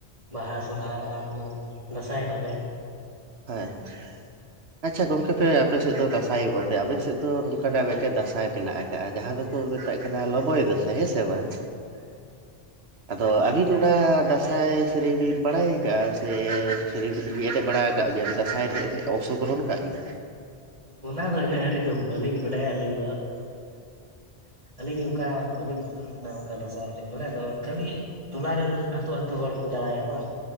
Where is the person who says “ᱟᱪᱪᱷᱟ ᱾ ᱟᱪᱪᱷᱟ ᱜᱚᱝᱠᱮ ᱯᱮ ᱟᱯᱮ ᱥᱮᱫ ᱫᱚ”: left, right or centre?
Right